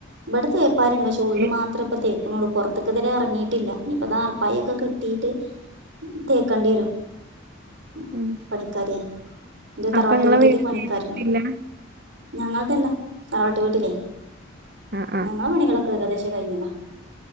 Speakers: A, on the right; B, on the right.
A: ഇവിടെ തേപ്പാരുണ്ടോ പക്ഷെ ഉള്ള്
B: ഏ,
A: മാത്രം ഇപ്പ തേക്ക ക്കുന്നുള്ളു പുറത്തക്കെതിരെ ഇറങ്ങിയിട്ടില്ല ഇനിയിപ്പ അത് ആർപ്പായ ഒക്കെ കെട്ടിയിട്ട് തേക്കേണ്ടി വരും ഉം
B: ഉം
A: പണിക്കാരേ എന്റെ തറവാട്ട്
B: അപ്പൊ നിങ്ങളെ
A: വീട്ടില്
B: വീട്
A: പണിക്കാരുണ്ട്
B: തേച്ചിട്ടില്ല
A: ഞങ്ങളതല്ലാ വീട്ടില്
B: ആഹ് ആഹ്
A: അങ്ങാള് പണികളക്കെ ഏകദേശ കഴിഞ്ഞതാ